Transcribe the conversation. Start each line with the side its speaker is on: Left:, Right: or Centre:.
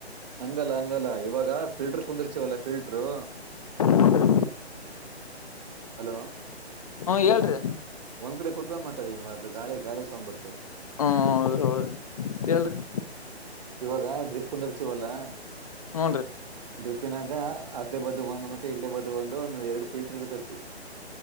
Right: ಹಂಗಲ್ಲ ಹಂಗಲ್ಲ ಇವಾಗ ಫಿಲ್ಟರ್ ಕುಂದ್ರಿಸಿರ್ತಿವಲ್ಲ ಫಿಲ್ಟರು.
Left: ಹೂನ್ರಿ
Right: ಹಲೋ,
Left: ಹಾ, ಹೇಳ್ರಿ
Right: ಒಂದ್ ಕಡೆ ಕೂತ್ಕೊಂಡು ಮಾತಾಡಿ ಮ ಅದು ಗಾಳಿಗಿ ಸೌಂಡ್ ಬರ್ತೇವಿ.
Left: ಹ್ಮ ಹೌದ್ರ ಹೌದ ಎಲ್ರಿ <unintelligible>
Right: ಇವಾಗ ಡ್ರಿಪ್ ಕುಂದ್ರಿಸಿವಲ್ಲಾ
Left: ಹೂನ್ರಿ
Right: ಡ್ರಿಪ್ ನಾಗ ಆಕಡೆ ಬದುಗೋಂದು ಮತ್ತೆ ಈಗಡೆ ಬದುಗೋಂದು ಎರಡ್ ಫಿಲ್ಟರ್ ಇರತೈತಿ